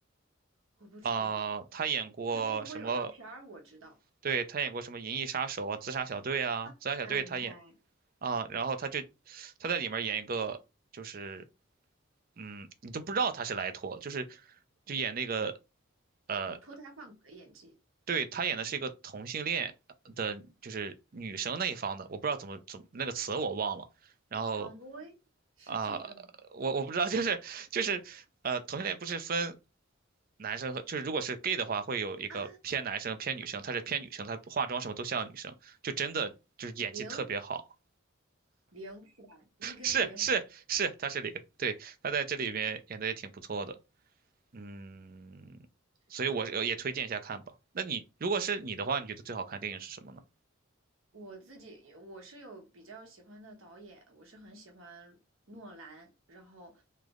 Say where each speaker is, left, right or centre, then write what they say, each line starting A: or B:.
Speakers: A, on the right (about 75°); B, on the right (about 45°).
A: 我不知道。
B: 啊、他演过什么
A: 可能如果有照片儿，我知道
B: 对，他演过什么《银翼杀手》啊，《自杀小队》啊，
A: 啊啊，
B: 《自杀小队》他演
A: 明白
B: 啊，
A: 啊
B: 然后他就他在里面演一个，就是嗯，你都不知道他是莱托，就是就演那个呃，
A: 啊，脱胎换骨的演技
B: 对他演的是一个同性恋的，就是女生那一方的，我不知道怎么怎么那个词我忘了，然后
A: ，Tomboy 是这个吗？
B: 啊、我我不知道，就是就是呃，同性恋不是分男生和，就是如果是 gay 的话，会有一个偏男生偏女生，
A: 啊，
B: 他是偏女生，他化妆什么都像女生，就真的就是演技特别好，
A: 零零是吧？一跟零。
B: 是是是，他是零，对，他在这里面演的也挺不错的，嗯，所以我是也推荐一下看吧。
A: 好的，
B: 那你如果是你的话，你觉得最好看电影是什么呢？
A: 我自己我是有比较喜欢的导演，我是很喜欢诺兰，然后，